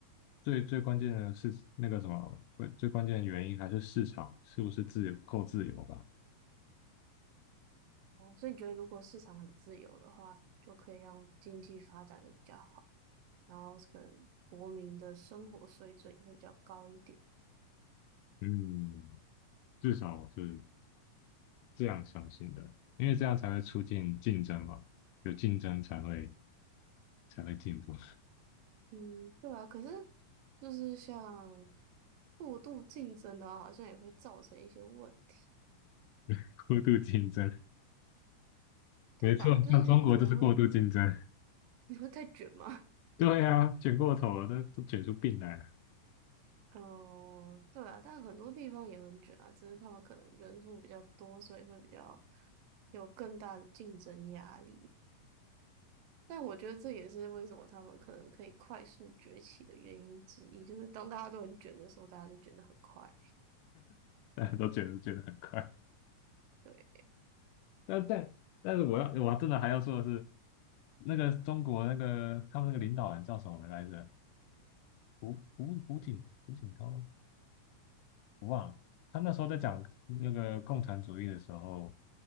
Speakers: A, on the left (about 80°); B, on the right (about 85°).
A: 最最关键的是那个什么，会最关键的原因还是市场是不是自由够自由吧？
B: 哦，所以你觉得如果市场很自由的话，就可以让经济发展的比较好。然后可能国民的生活水准会比较高一点。
A: 嗯，至少我是这样相信的，因为这样才会促进竞争嘛，有竞争才会才会进步，
B: 嗯，对啊，可是就是像过度竞争的话，好像也会造成一些问题，
A: <laughs> 过度竞争，
B: 对吧？
A: 没错，
B: 就是可能会
A: 像中国就是过度竞争，
B: 你会太卷吗？<laughs>
A: 对啊，卷过头了，都都卷出病来了，
B: 嗯，对啊，但很多地方也很卷啊，只是他们可能人数比较多，所以会比较有更大的竞争压力。但我觉得这也是为什么他们可能可以快速崛起的原因之一，就是当大家都很卷的时候，大家就卷得很快。
A: 大家都卷得卷得很快。
B: 对，
A: 但但但是我要我真的还要说的是，那个中国那个他们那个领导人叫什么来着？胡胡胡锦胡锦涛吗，我忘了。他那时候在讲那个共产主义的时候，